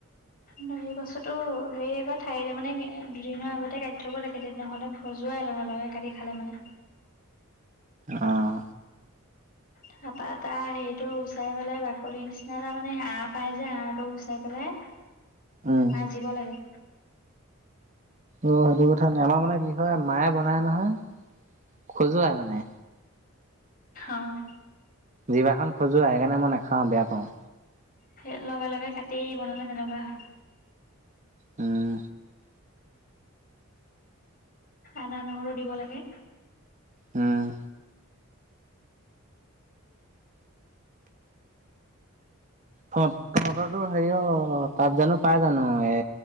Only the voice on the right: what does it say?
অঁ।
উম।
অ সেইটো কথা নি আমাৰ মানে কি হয় মায়ে বনাই নহয়, খজুৱাই মানে।
জিভাখন খজোৱাই সেইকাৰণে মই নাখাওঁ, বেয়া পাওঁ।
উম।
উম। তহঁত তহঁতৰ তো হেৰি অ তাত জানো পাই জানো এ